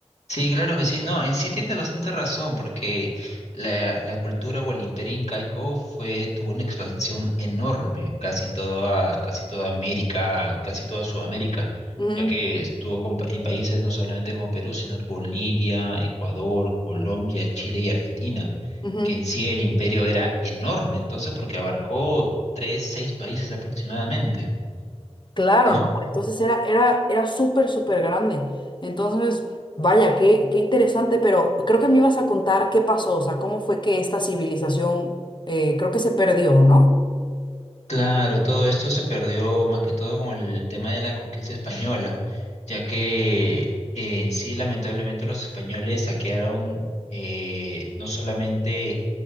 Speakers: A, on the left; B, on the left.
A: Sí, claro que sí. No, en sí tienes bastante razón, porque la, la cultura o el imperio incaico fue, tuvo una expansión enorme, casi toda, casi toda América, casi toda Sudamérica,
B: Ujú,
A: ya que estuvo con pa- en países no solamente como Perú, sino Bolivia, Ecuador, Colombia, Chile y Argentina,
B: ujú.
A: que en sí el imperio era enorme, entonces, porque abarcó tres, seis países aproximadamente,
B: Claro,
A: ¿no?
B: ¿no? Entonces era, era, era súper, súper grande. Entonces, vaya, qué, qué interesante, pero creo que me ibas a contar qué pasó, o sea, cómo fue que esta civilización, eh, creo que se perdió, ¿no?
A: Claro, todo esto se perdió más que todo con el tema de la conquista española, ya que eh, en sí lamentablemente los españoles saquearon eh, no solamente